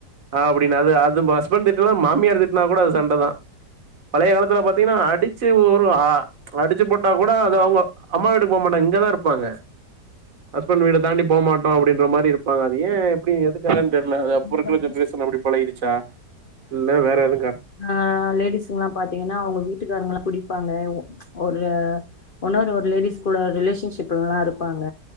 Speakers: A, on the right (about 50°); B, on the left (about 55°).
A: அப்டின்னு அது அது ஹஸ்பண்ட் திட்டலா மாமியார் திட்டனா கூட அது சண்டைதா பழைய காலத்துல பாத்தீங்கன்னா அடிச்சு ஒரு அ அடிச்சு போட்டா கூட அது அவங்க அம்மா வீட்டுக்கு போ மாட்டாங்க இங்கதா இருப்பாங்க ஹஸ்பண்ட் வீட தாண்டி போ மாட்டோ அப்டின்ற மாரி இருப்பாங்க அது ஏ எப்டி எதுக்காகன்னு தெரில அது அப்ப
B: ம்
A: இருக ஜென்ரேஷன் அப்டி பழகிடுச்சா இல்ல வேற எதுக்கா
B: அ லேடிஸுல்லா பாத்தீங்கன்னா அவங்க வீட்டுக்காரங்கெலா குடிப்பாங்க ஒ ஒரு உன்னொரு ஒரு லேடிஸ் கூட ரிலேஷன்ஷிப்லல்லா இருப்பாங்க